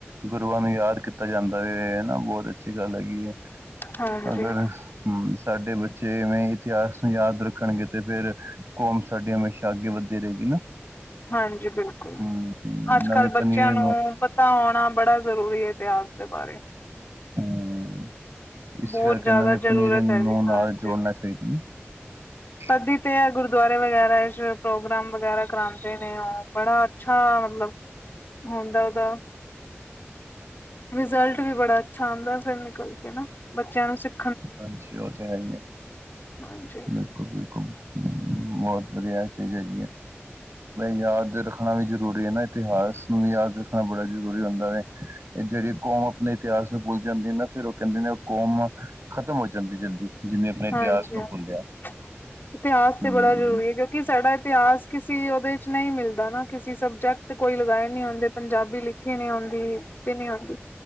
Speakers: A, on the right; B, on the left.
A: ਗੁਰੂਆਂ ਨੂੰ ਯਾਦ ਕੀਤਾ ਤਾ ਜਾਂਦਾ ਏ ਹਨਾ ਬਹੁਤ ਅੱਛੀ ਗੱਲ ਹੈਗੀ ਏ
B: ਹਾਂਜੀ-ਹਾਂਜੀ-ਹਾਂਜੀ
A: ਅਗਰ ਹਮ ਸਾਡੇ ਬੱਚੇ ਐਵੇਂ ਇਤਿਹਾਸ ਨੂੰ ਯਾਦ ਰੱਖਣਗੇ ਤੇ ਫੇਰ ਕੌਮ ਸਾਡੀ ਹਮੇਸ਼ਾ ਅੱਗੇ ਵੱਧਦੀ ਰਹੇਗੀ ਨਾ
B: ਹਾਂਜੀ ਬਿਲਕੁਲ
A: ਹੂੰ,
B: ਅੱਜ
A: ਨਵੇਂ
B: ਕੱਲ
A: ਪਨੀਰ
B: ਬੱਚਿਆਂ ਨੂੰ ਤਾਂ ਆਉਣਾ ਬੜਾ ਜ਼ਰੂਰੀ ਏ ਇਤਿਹਾਸ ਦੇ ਬਾਰੇ
A: ਹਮ ਇਸ
B: ਬਹੁਤ
A: ਕਰਕੇ
B: ਜ਼ਿਆਦਾ
A: ਇਹ ਨਵੀ
B: ਜ਼ਰੂਰਤ
A: ਪਨੀਰੀ ਨੂੰ
B: ਹੈ ਜੀ
A: ਨਾਲ
B: ਹਾਂਜੀ।
A: ਜੋੜਨਾ ਚਾਹੀਦੈ ਨਾ <inaudible>
B: ਤਦੀ ਤੇ ਇਹ ਗੁਰਦੁਆਰੇ ਵਗੈਰਾ 'ਚ ਪ੍ਰੋਗਰਾਮ ਵਗੈਰਾ ਕਰਾਉਂਦੇ ਨੇ ਉਹ ਬੜਾ ਅੱਛਾ ਮਤਲਬ, ਹੁਣ ਤਾਂ ਉਹਦਾ ਰਿਜ਼ਲਟ ਵੀ ਬੜਾ ਅੱਛਾ ਆਉਂਦਾ, ਫਿਰ ਨਿਕਲ ਕੇ ਨਾ, ਬੱਚਿਆਂ ਨੂੰ ਸਖ
A: ਅੱਛੇ ਹੋ ਜਾਏਂਗੇ,
B: ਹਾਂਜੀ
A: ਬਿਲਕੁਲ, ਬਿਲਕੁਲ ਬਹੁਤ, ਵਧੀਆ, ਚੀਜ਼ ਹੈਗੀ ਆ। ਯਾਦ ਰੱਖਣਾ ਵੀ ਜ਼ਰੂਰੀ ਹੈ ਨਾ ਇਤਿਹਾਸ, ਨੂੰ ਵੀ ਯਾਦ ਰੱਖਣਾ ਬੜਾ ਜ਼ਰੂਰੀ ਹੁੰਦਾ ਹੈ। ਜਿਹੜੀ ਕੌਮ ਆਪਣੇ ਇਤਿਹਾਸ ਨੂੰ ਭੁੱਲ ਜਾਂਦੀ ਨਾ, ਫਿਰ ਉਹ ਕਹਿੰਦੇ ਨੇ ਉਹ ਕੌਮ ਖ਼ਤਮ ਹੋ ਜਾਂਦੀ ਜਲਦੀ। ਜਿਹਨੇ ਆਪਣੇ ਇਤਿਹਾਸ
B: ਹਾਂਜੀ,
A: ਨੂੰ
B: ਹਾਂਜੀ
A: ਭੁੱਲਿਆ।
B: ਇਤਿਹਾਸ
A: ਹੂੰ,
B: ਤੇ ਬੜਾ ਜ਼ਰੂਰੀ ਹੈ, ਕਿਉਂ ਕਿ ਸਾਡਾ ਇਤਿਹਾਸ ਕਿਸੇ, ਉਹਦੇ 'ਚ ਨਹੀਂ ਮਿਲਦਾ ਨਾ ਕਿਸੇ ਸਬਜੈਕਟ ਕੋਈ ਲਗਾਏ ਨਹੀਂ ਹੁੰਦੇ ਪੰਜਾਬੀ ਲਿਖ। ਕਿ ਨਹੀਂ ਆਉਂਦੀ ਤੇ ਨੀ ਆਉਂਦੀ,